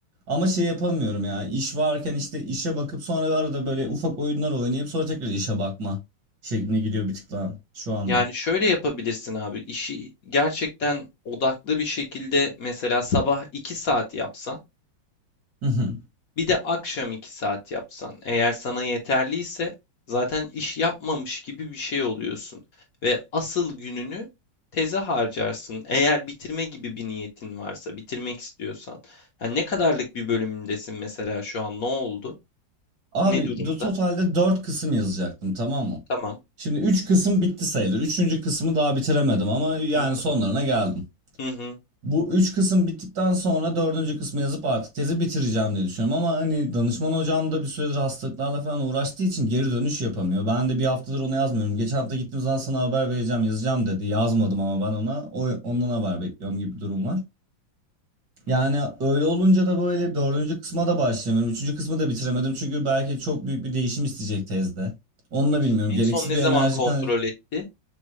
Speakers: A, on the right; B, on the left.
A: Ama şey yapamıyorum ya. İş varken işte işe bakıp sonra arada böyle ufak oyunlar oynayıp sonra tekrar işe bakma şekline gidiyor bir tık daha şu anda.
B: Yani şöyle yapabilirsin abi. işi gerçekten odaklı bir şekilde mesela sabah 2 saat yapsan
A: Hı hı.
B: Bir de akşam 2 saat yapsan, eğer sana yeterliyse zaten iş yapmamış gibi bir şey oluyorsun ve asıl gününü teze harcarsın. Eğer bitirme gibi bir niyetin varsa, bitirmek istiyorsan. Yani ne kadarlık bir bölümündesin mesela şu an? Ne oldu?
A: Abi
B: Ne durumda?
A: de totalde 4 kısım yazacaktım tamam mı?
B: Tamam.
A: Şimdi 3 kısım bitti sayılır. Üçüncü kısmı daha bitiremedim ama yani
B: Hı
A: sonlarına geldim.
B: hı. hı.
A: Bu üç kısım bittikten sonra dördüncü kısmı yazıp artık tezi bitireceğim diye düşünüyorum. Ama hani danışman hocam da bir süredir hastalıklarla falan uğraştığı için geri dönüş yapamıyor. Ben de bir haftadır ona yazmıyorum. Geçen hafta gittiğim zaman sana haber vereceğim, yazacağım dedi. Yazmadım ama ben ona. O, ondan haber bekliyorum gibi bir durum var. Yani
B: Hmm.
A: öyle olunca da böyle dördüncü kısma da başlayamıyorum. Üçüncü kısmı da bitiremedim. Çünkü belki çok büyük bir değişim isteyecek tezde. Onu
B: Hiç
A: da bilmiyorum.
B: en
A: Gereksiz
B: son ne
A: bir
B: zaman
A: enerji
B: kontrol
A: kan...
B: etti?